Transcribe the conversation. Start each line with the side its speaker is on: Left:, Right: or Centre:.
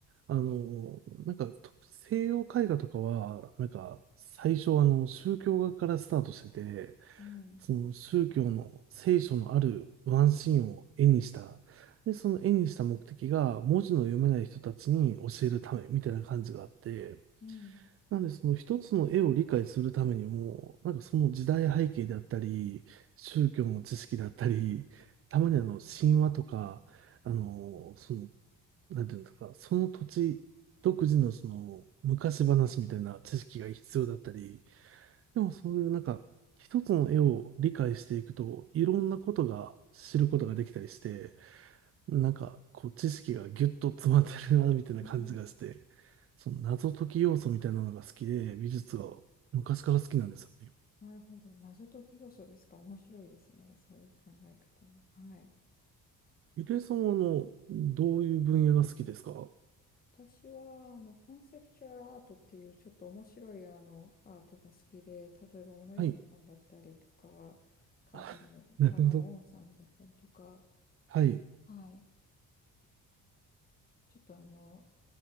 Right: あの、なんか、と西洋絵画とかは、なんか、最初、あの、宗教画からスタートしてて、
Left: うん。
Right: その宗教の聖書のあるワンシーンを絵にした。で、その絵にした目的が、文字の読めない人たちに教えるため、みたいな感じがあって、
Left: うん。
Right: なんで、その一つの絵を理解するためにも、なんかその時代背景であったり、宗教の知識であったり、たまにあの、神話とか、あの、その、なんていうんですか、その土地独自のその、昔話みたいな知識が必要だったり、でもそういうなんか、一つの絵を理解していくと、いろんなことが知ることができたりして、なんか、こう、知識がギュッと詰まってるな、みたいな感じがして、
Left: うん。
Right: その謎解き要素みたいなのが好きで、美術が昔から好きなんですよね。
Left: なるほど。謎解き要素ですか。面白いですね。そういう考え方も。はい。
Right: ゆりえさんは、あの、どういう分野が好きですか
Left: 私は、あの、コンセプチュアルアートっていう、ちょっと面白い、あの、アートが好きで、例えば、小野洋子さんだったりとか、
Right: はい。
Left: 川原の、
Right: <laughs> なるほど。
Left: 川原音さんだったりとか、
Right: はい。
Left: はい。ちょっと、あの、